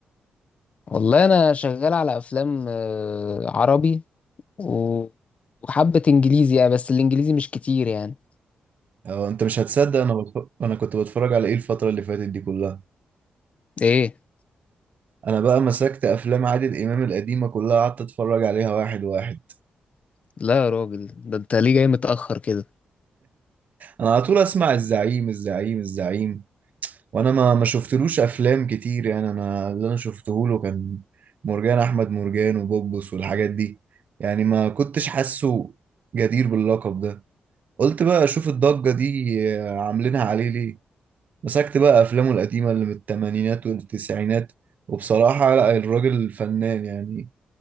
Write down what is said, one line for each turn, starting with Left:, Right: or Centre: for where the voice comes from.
Left: والله انا شغال على افلام آه، عربي و- وحبة انجليزي يعني بس الانجليزي مش كتير يعني
Right: اه انت مش هتصدق انا بتف... انا كنت بتفرج على ايه الفترة اللي فاتت دي كلها
Left: ايه
Right: انا بقى مسكت افلام عادل امام القديمة كلها قعدت اتفرج عليها واحد واحد
Left: لا يا راجل ده انت ليه جاي متأخر كده
Right: انا على طول اسمع الزعيم الزعيم الزعيم وانا ما ما شفتلوش افلام كتير يعني انا اللي انا شفته له كان مرجان احمد مرجان وبوبس والحاجات دي يعني ما كنتش حاسه جدير باللقب ده قلت بقى اشوف الضجة دي عاملينها عليه ليه مسكت بقى افلامه القديمة اللي من الثمانينات والتسعينات وبصراحة لا الراجل فنان يعني